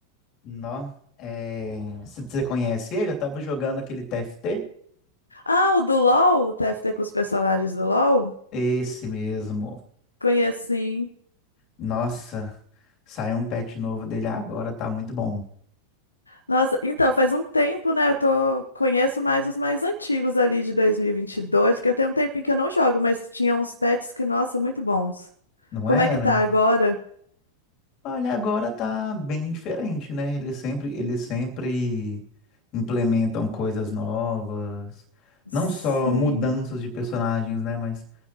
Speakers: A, on the left (about 35°); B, on the left (about 80°).
A: Nó, é... Você você conhece ele? Eu tava jogando aquele TFT.
B: Ah, o do LoL, o TFT com os personagens do LoL?
A: Esse mesmo.
B: Conheço sim.
A: Nossa, saiu um patch novo dele agora, tá muito bom.
B: Nossa, então, faz um tempo, né? Eu tô... conheço mais os mais antigos ali de dois mil e e vinte e dois porque eu tenho um tempinho que eu não jogo, mas tinha uns pets que, nossa, muito bons.
A: Não
B: Como
A: era?
B: é que tá agora?
A: Olha, agora tá bem diferente, né? Eles sempre, eles sempre implementam coisas novas,
B: Sim.
A: não só mudanças de personagens, né? Mas